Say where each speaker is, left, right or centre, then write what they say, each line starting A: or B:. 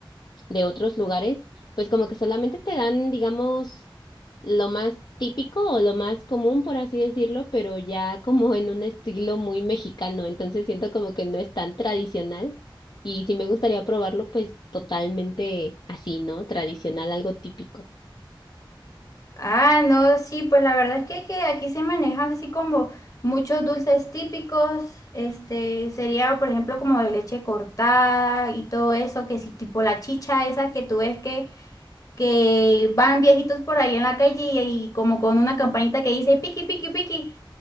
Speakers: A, on the left; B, on the left.
A: de otros lugares, pues como que solamente te dan, digamos, lo más típico o lo más común, por así decirlo, pero ya como en un estilo muy mexicano, entonces siento como que no es tan tradicional y si me gustaría probarlo, pues totalmente así, ¿no? Tradicional, algo típico.
B: Ah, no, sí, pues la verdad es que, que aquí se manejan así como muchos dulces típicos. Este sería, por ejemplo, como de leche cortada y todo eso, que si tipo la chicha esa que tú ves que, que van viejitos por ahí en la calle y, y como con una campanita que dice piqui, piqui, piqui